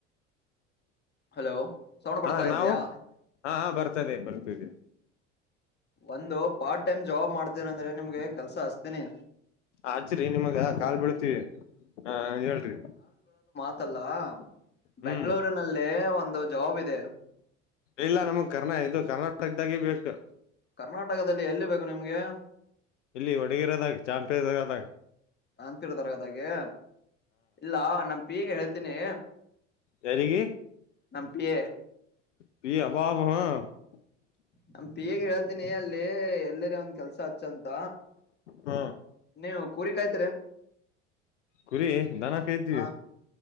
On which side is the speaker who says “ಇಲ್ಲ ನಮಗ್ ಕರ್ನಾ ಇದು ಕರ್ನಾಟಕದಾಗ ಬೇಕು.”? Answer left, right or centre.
Left